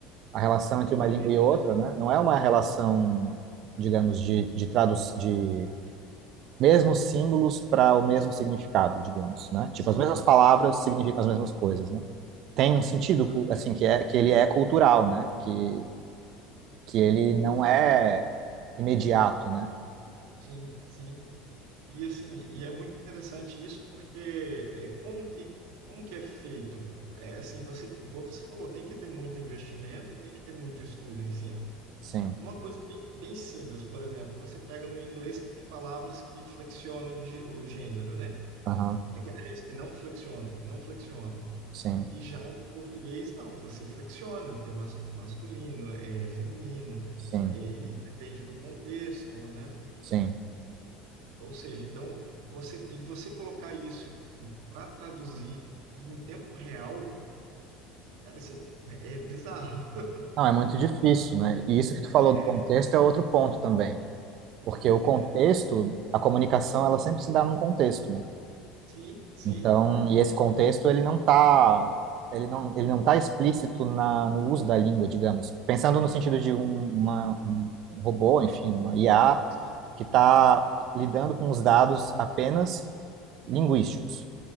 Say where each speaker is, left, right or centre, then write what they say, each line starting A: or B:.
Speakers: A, on the right (about 40°); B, on the right (about 70°).
A: a relação
B: a
A: entre
B: língua
A: uma língua
B: é viva,
A: e outra,
B: né?
A: né? Não é uma relação, digamos, de, de tradução, de mesmos símbolos para o mesmo significado, digamos, né? Tipo,
B: Sim,
A: as mesmas palavras
B: sim,
A: significam as mesmas coisas, né? tem um sentido,
B: exato.
A: assim, que é que ele é cultural, né? Que, que ele não é imediato, né?
B: Sim, sim. E assim, e é muito interessante isso porque é, como que como que é feito? É assim, você, igual você falou, tem que ter muito investimento e tem que ter muito estudo em cima.
A: Sim,
B: Uma coisa bem, bem simples, por exemplo, você pega no inglês que tem palavras que flexionam de, o gênero, né?
A: aham,
B: É que, aliás, que não flexionam, que não flexionam.
A: sim,
B: E já no português, não, você flexiona, tem mas, masculino, é feminino,
A: sim,
B: e e depende do contexto, né?
A: sim.
B: Ou seja, então você e você colocar isso para traduzir e em tempo real, cara, isso é, é bizarro. <laughs>
A: Não, é muito difícil, né? E isso que tu falou
B: É,
A: do contexto é outro ponto também, porque o
B: é.
A: contexto, a comunicação, ela sempre se dá num contexto, né?
B: Sim, sim,
A: Então, e esse contexto, ele não tá, ele não, ele não tá explícito na, no uso da língua, digamos. Pensando no sentido de um, uma, um um robô, enfim, uma IA,
B: sim.
A: que está lidando com os dados apenas linguísticos,